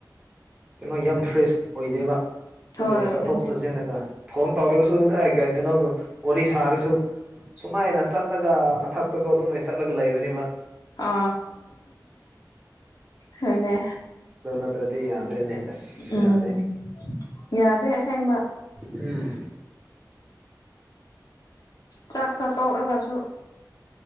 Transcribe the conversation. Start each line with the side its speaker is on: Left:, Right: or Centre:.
Right: ꯀꯩꯅꯣ ꯌꯥꯝ ꯐ꯭ꯔꯦꯁ ꯑꯣꯏꯗꯦꯕ ꯑꯗꯨꯒ
Left: ꯍꯣꯏ
Right: ꯆꯠꯊꯣꯛ
Left: ꯑꯗꯨꯅꯦ
Right: ꯆꯠꯁꯤꯟꯂꯒ ꯐꯣꯟ ꯇꯧꯔꯒꯁꯨ ꯀꯩꯅꯣ ꯋꯥꯔꯤ ꯁꯥꯔꯁꯨ ꯁꯨꯃꯥꯏꯅ ꯆꯠꯂꯒ ꯃꯊꯛ ꯑꯗꯨꯝꯃꯥꯏꯅ ꯆꯠꯂꯒ ꯂꯩꯕꯅꯤꯕ
Left: ꯑ ꯍꯣꯏ ꯅꯦ
Right: ꯑꯗꯨꯣꯟ ꯍꯠꯇꯗꯤ ꯌꯥꯗ꯭ꯔꯦꯅꯦ ꯑꯁ
Left: ꯎꯝ
Right: ꯌꯥꯗꯦ
Left: ꯌꯥꯗꯦ ꯁꯦꯡꯃ
Right: ꯎꯝ
Left: ꯆꯥꯛ ꯆꯥꯠꯇꯣꯛꯔꯒꯁꯨ